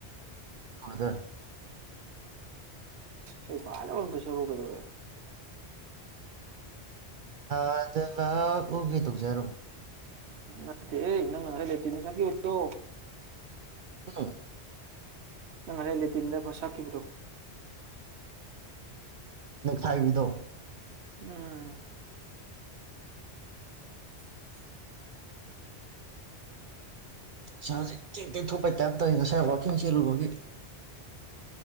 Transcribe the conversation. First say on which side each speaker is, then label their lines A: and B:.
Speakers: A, on the right; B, on the right.
A: ꯗ <unintelligible>
B: ꯁꯤ ꯐꯥꯏꯗꯁꯨꯔꯨꯒꯗꯧꯦꯣ
A: ꯑꯥꯗ ꯂꯥꯛꯎꯒꯦ ꯇꯧꯖꯔꯝꯃꯣ
B: ꯅꯠꯇꯦ ꯅꯪꯅꯪꯉ ꯂꯩꯦꯇ ꯅ ꯁꯈꯤꯕꯣ
A: ꯎ
B: ꯅꯪꯁ ꯏ ꯂꯩꯗꯤꯤꯟꯗ ꯕꯁ ꯍꯥꯀꯤꯈꯤꯕ꯭ꯔꯣ
A: ꯅ ꯈꯥꯏꯕꯤꯗꯣ
B: ꯎꯝ
A: ꯏꯁꯥꯁꯦ ꯇꯦꯛ ꯇꯦꯛ ꯊꯣꯛꯄꯩ ꯇꯥꯏꯞꯇꯧ ꯉꯁꯥꯏ ꯋꯥꯋꯥꯛꯀꯤꯡ ꯆꯦꯜꯂꯨꯕꯒꯤ